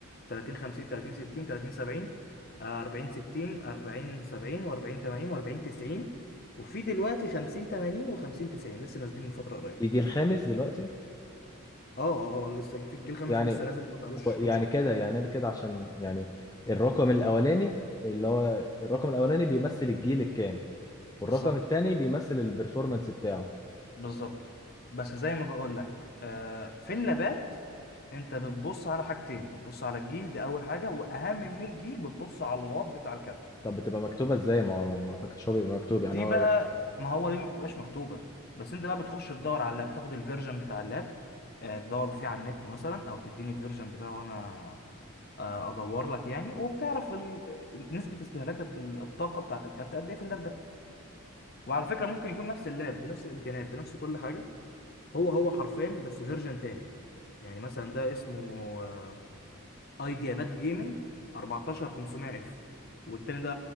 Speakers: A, on the left; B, on the left.
A: 30 50 30 60 30 70 آه، 40 60 40 70 و40 80 و40 90 وفي دلوقتي 50 80 و50 90 لسه نازلين من فترة قريبة
B: يجي الخامس دلوقتي
A: اه اه آه، لسه في الجيل الخامس
B: يعني
A: ده لسه نازل ما بقالوش
B: يعني
A: كام شهر
B: كده يعني انا كده عشان يعني الرقم الاولاني اللي هو الرقم الاولاني بيمثل الجيل الكام والرقم
A: بالظبط
B: التاني بيمثل البرفورمانس بتاعه
A: بالظبط بس زي ما بقول لك آه، في اللابات انت بتبص على حاجتين بتبص على الجيل دي اول حاجه واهم من الجيل بتبص على الواط بتاع الكارت
B: طب بتبقى مكتوبة ازاي ما ما ما اعتقدش هو بيبقى مكتوب
A: دي
B: يعني هو
A: بقى ما هو دي ما بتبقاش مكتوبه بس انت بقى بتخش تدور على اللاب تاخد الفيرجن بتاع اللاب آه، تدور فيه على النت مثلا او تديني الفيرجن بتاعه وانا آه، ادور لك يعني وبتعرف ال... نسبه استهلاك ال- الطاقه بتاعه الكارت قد ايه في اللاب ده وعلى فكره ممكن يكون نفس اللاب بنفس الامكانيات بنفس كل حاجه هو هو حرفين بس فيرجن تاني يعني مثلا ده اسمه آه، ايديا باد جيمنج 14500 اف والتاني ده